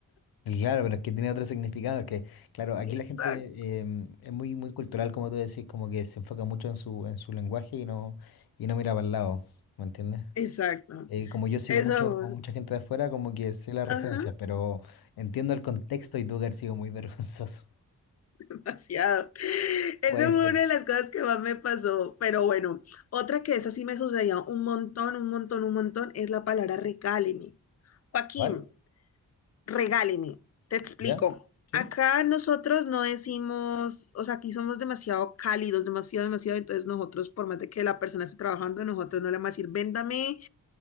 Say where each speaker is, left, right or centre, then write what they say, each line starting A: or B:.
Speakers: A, on the left (about 80°); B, on the left (about 45°).
A: Y claro, pero es que tiene otro significado, que, claro,
B: <laughs>
A: aquí la gente em, es muy, muy cultural, como tú decís, como que se enfoca mucho en su, en su lenguaje y no, y no mira para el lado, ¿me entiendes?
B: Exacto.
A: Eh, como yo sigo
B: Eso,
A: mucho, mucha gente de afuera, como que sé las
B: ajá,
A: referencias, pero entiendo el contexto y tuvo que haber sido muy <laughs> vergonzoso.
B: <laughs> demasiado. Esa
A: Buena
B: fue
A: historia.
B: una de las cosas que más me pasó. Pero bueno, otra que esa sí me sucedió un montón, un montón, un montón, es la palabra regáleme. Joaquín,
A: ¿Vale?
B: regáleme. Te explico.
A: ¿Ya? ¿Sí?
B: Acá nosotros no decimos, o sea, aquí somos demasiado cálidos, demasiado, demasiado. Entonces nosotros, por más de que la persona esté trabajando, nosotros no le vamos a decir, véndame